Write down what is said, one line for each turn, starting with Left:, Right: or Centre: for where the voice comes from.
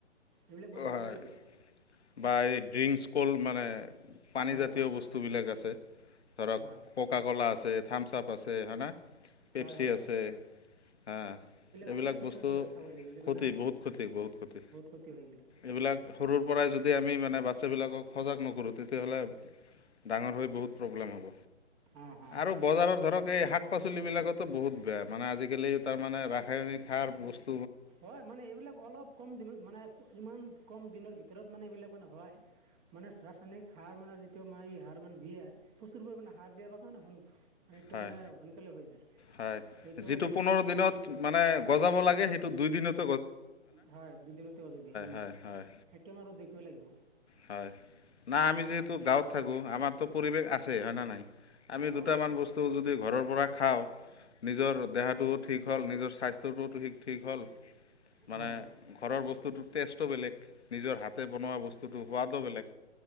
Right: এইবিলাক বন্ধ
Left: হয়
Right: কৰিব লাগিব
Left: বা এই ড্ৰিংকচ ক'ল মানে পানী
Right: হয়
Left: জাতীয়
Right: হয়
Left: বস্তুবিলাক আছে ধৰক
Right: হয়
Left: ককা কলা আছে থাম <unintelligible> পেপচি
Right: হয় হয়
Left: আছে
Right: হয়
Left: হা এইবিলাক
Right: আচলতে
Left: বস্তু
Right: ক্ষতি হয় খাবলৈ এইবিলাক
Left: ক্ষতি
Right: মানে
Left: বহুত ক্ষতি বহুত ক্ষতি
Right: বহুত ক্ষতি হয়
Left: এইবিলাক সৰুৰ পৰাই যদি আমি মানে বাচ্চা বিলাকক সজাগ নকৰো তেতিয়া হ'লে ডাঙৰ হৈ বহুত প্ৰব্লেম হ'ব
Right: অঁ অঁ
Left: আৰু বজাৰৰ ধৰক এই শাক পাচলি বিলাকতো বহুত বেয়া মানে আজিকালি তাৰ মানে ৰা ৰাসায়নিক সাৰ বস্ত
Right: হয় মানে এইবিলাক অলপ কম দিনত মানে ইমান কম দিনৰ ভিতৰত মানে এইবিলাক মানে হয় মানে ৰাসায়নিক সাৰ মানে যিটো আমাৰ এই সাৰ মানে দিয়ে প্ৰচুৰ পৰিমানে সাৰ দিয়া বাবে হয় ন মানে সেইটো
Left: হয়
Right: মানে সোনকালে হৈ যায়
Left: হয়
Right: সেইটো
Left: যিটো
Right: বহুত
Left: পোন্ধৰ দিনত মানে বজাব লাগে সেইটো দুইদিনত
Right: হয় দুদিনতে গজি দিয়ে উম
Left: হয় হয়
Right: সেইটো মানে খিব লাগিব
Left: হয়, না আমি যিহেতু গাঁৱত থাকো আমাৰতো পৰিৱেশ আছে হয় না নাই আমি
Right: হয়
Left: দুটামান বস্তু যদি ঘৰৰ পৰা খাও নিজৰ দেহাটোও ঠিক হ'ল নিজৰ স্বাস্থ্যটোও ঠি ঠিক হ'ল মানে
Right: হয় হয়
Left: ঘৰৰ বস্তুটো টেষ্টটো বেলেগ নিজৰ হাতে বনোৱা বস্ত সোৱাদ টো বেলেগ